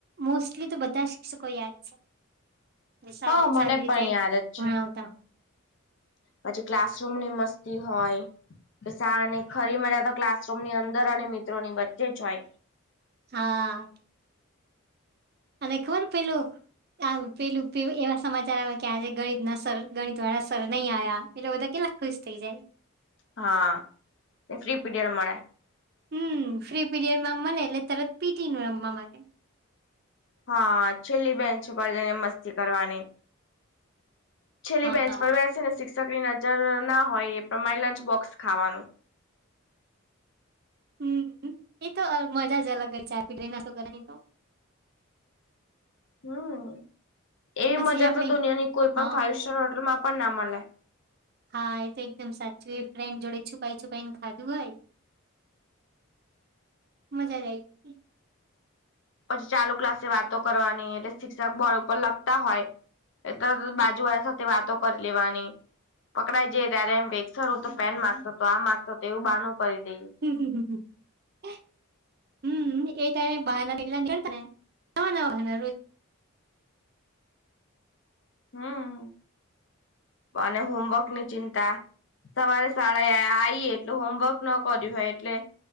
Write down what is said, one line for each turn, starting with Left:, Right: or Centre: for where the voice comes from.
Right: મોસ્ટલી તો બધા શિક્ષકો યાદ છે. સારી
Left: હા મને
Right: સારી રીતે
Left: પણ યાદ જ
Right: ભણાવતા
Left: છે પછી ક્લાસરૂમ ની મસ્તી હોય. સાા ને ખરી મજા તો ક્લાસરૂમ ની અંદર અને મિત્રોની વચ્ચે જ હોય.
Right: હા અને ખબર પેલું આ પેલું એવા સમાચાર આવે કે આજે ગણિત ના સર ગણિત વાળા સર નહી આવ્યા એટલે બધા કેટલા ખુશ થઈ જાય.
Left: હા ફ્રી પીડયડ મળે
Right: હમ ફ્રી પીરિયડમાંમ એટલે તરત પીટી નું રમવા મને
Left: હા છેલ્લી બેન્ચ ઉપર જઈને મસ્તી કરવાની છેલ્લી
Right: હા.
Left: બેન્ચ પર બેસે ને શિક્ષક ની નજર ના હોય એ પ્રમાણે લંચ બોક્સ ખાવાનુ
Right: હમ એ તો મજા જ અલગ ગઈ ચાર પીટ ના સોની તો
Left: હમ એવી
Right: પછી
Left: મજા
Right: આપડે
Left: તો દુનિયાની કોઈ પણ
Right: હા
Left: ફાઈવ સ્ટાર હોટલમાં પણ ના મળે
Right: હા એ તો એકદમ સાચું એ ફ્રેન્ડ જોડે છુપાઈ છુપાઈ ને ખાધું હોય. મજા જઈ જ
Left: પછી ચાલુ ક્લાસે વાતો કરવાની એટલે શિક્ષક બોર્ડ ઉપર લખતા હોય. તરતત બાજુવાળા સાથે વાતો કરી લેવાની પકડાઈ જઈ ત્યારે એમ કેસર હું તો પેન માગતો તો આ માગતો તો એવું બાનું કરી દઈએ
Right: હમ હ હ હમ એ ટાઈમ વાહેતા નવા નવા વાન
Left: હમ અને હોમવર્ક ની ચિંતા સવારે સાડા આએ એટલ હોમવર્ક ન કર્યું હોય એટલે